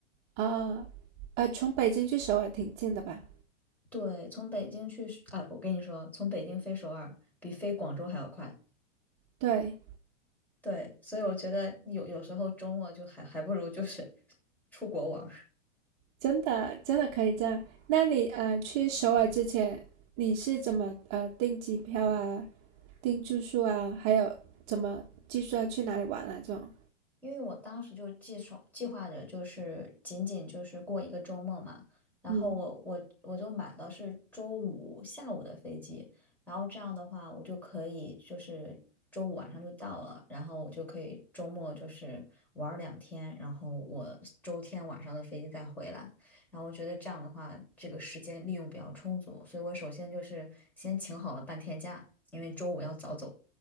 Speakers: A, on the right; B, in the centre.
A: 啊，呃，从北京去首尔挺近的吧？
B: 对，从北京去啊，哎我跟你说，从北京飞首尔比飞广州还要快。
A: 对，
B: 对，所以我觉得有有时候周末就还还不如就是 <laughs> 出国玩。
A: 真的真的可以这样。那你呃去首尔之前，你是怎么呃订机票啊、订住宿啊，还有怎么计算去哪里玩啊这种？
B: 因为我当时就计算计划着，就是仅仅就是过一个周末嘛，然后我我我就买的是周五下午的飞机，
A: 嗯。
B: 然后这样的话，我就可以就是周五晚上就到了，然后我就可以周末就是玩儿两天，然后我周天晚上的飞机再回来，然后我觉得这样的话，这个时间利用比较充足，所以我首先就是先请好了半天假，因为周五要早走，